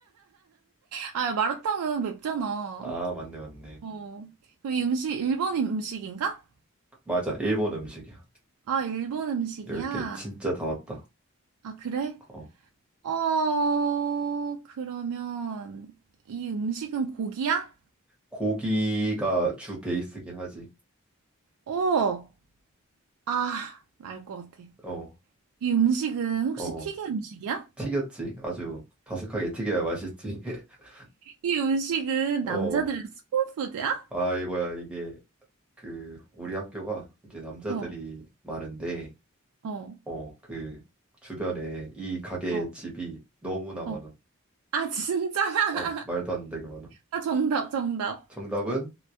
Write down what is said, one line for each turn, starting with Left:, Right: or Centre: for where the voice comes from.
Right: 아, 마라탕은 맵잖아.
Centre: 아, 맞네, 맞네.
Right: 어. 그럼 이 음식 일본 음식인가?
Centre: 맞아, 일본 음식이야.
Right: 아, 일본 음식이야.
Centre: 열 개 진짜 다 왔다.
Right: 아, 그래?
Centre: 어,
Right: 어, 그러면 이 음식은 고기야?
Centre: 고기가 주 베이스긴 하지.
Right: 오. 아, 알 것 같아.
Centre: 어,
Right: 이 음식은 혹시
Centre: 어,
Right: 튀긴 음식이야?
Centre: 튀겼지. 아주 바삭하게 튀겨야 맛있지. <laughs>
Right: 이 음식은
Centre: 어.
Right: 남자들의 소울푸드야?
Centre: 아이고야 이게 그 우리 학교가 이제 남자들이
Right: 어,
Centre: 많은데
Right: 어,
Centre: 어 그 주변에 이 가게의
Right: 어,
Centre: 집이 너무나 많아
Right: 어. 아, 진짜? <laughs>
Centre: 어 말도 안 되게 많아
Right: 아, 정답, 정답.
Centre: 정답은